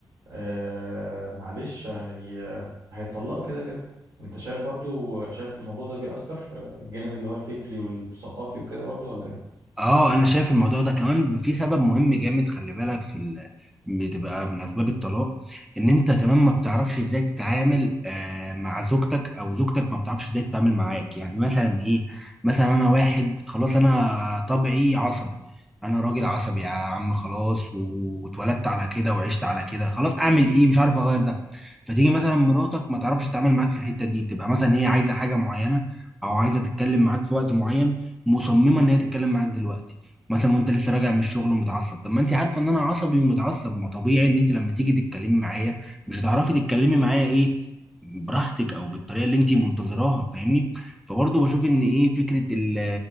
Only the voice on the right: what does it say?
آه، معلش هي هيتطلقوا كده كده انت شايف برضو شايف الموضوع ده بيأثر آه، الجانب اللي هو الفكري والثقافي وكده برضو ولا ايه؟